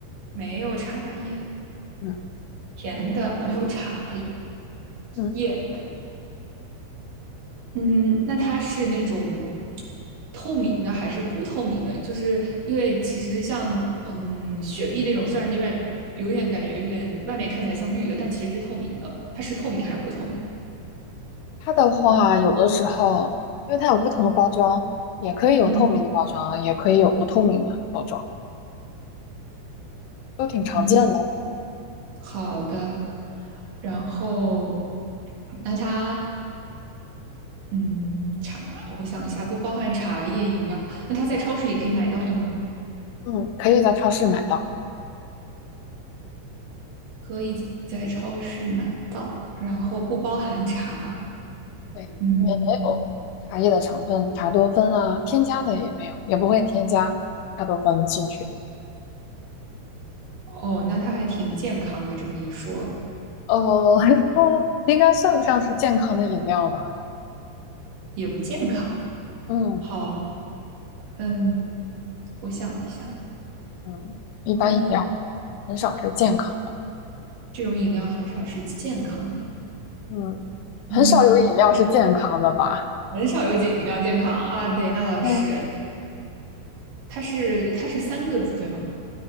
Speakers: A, on the right (about 65°); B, on the left (about 80°).
A: 没有茶叶，
B: 嗯
A: 甜的，没有茶
B: 嗯，
A: 叶。嗯，那它是那种透明的还是不透明的？就是因为其实像嗯雪碧那种，虽然有点有点感觉有点外面看起来像绿的，但其实是透明的。它是透明还是不透明的
B: 它的话，有的时候，因为它有不同的包装，也可以有透明的包装，
A: 嗯
B: 也可以有不透明的包装，都挺常见的。
A: 嗯，好的。然后那它嗯茶，我想一下，不包含茶叶饮料。那它在超市里可以买到，对吗？
B: 嗯，可以在超市买到。
A: 可以在超市买到，然后不包含茶。
B: 对，
A: 嗯。
B: 里面没有茶叶的成分，茶多酚啊，添加的也没有，也不会添加茶多酚进去。
A: 哦，那它还挺健康的，这么一说
B: 哦，<laughs> 应该算不上是健康的饮料吧？
A: 也不健康。
B: 嗯
A: 好，嗯，我想一下，
B: 嗯，一般饮料很少是健康的。
A: 嗯，这种饮料很少是健康的，
B: 嗯，很少有饮料是健康的吧？
A: 嗯，很少有饮饮料健康啊。对，那倒是，
B: 嗯。
A: 它是它是三个字对吗？